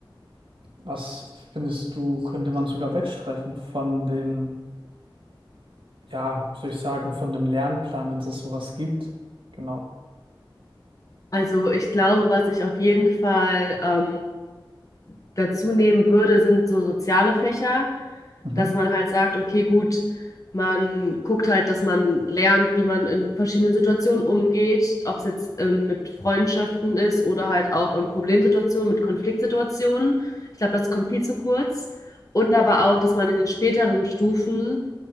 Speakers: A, on the right; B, on the left.
A: was findest du, könnte man sogar wegstreichen von dem ja, wie soll ich sagen, von dem Lernplan, wenn es das sowas gibt. Genau.
B: Also ich glaube, was ich auf jeden Fall ähm, dazu nehmen würde, sind so soziale Fächer.
A: Mhm.
B: dass man halt sagt, okay, gut, man guckt halt, dass man lernt, wie man in verschiedenen Situationen umgeht, ob es jetzt ähm, mit Freundschaften ist oder halt auch in Problemsituationen, mit Konfliktsituationen. Ich glaube, das kommt viel zu kurz. Und aber auch, dass man in den späteren Stufen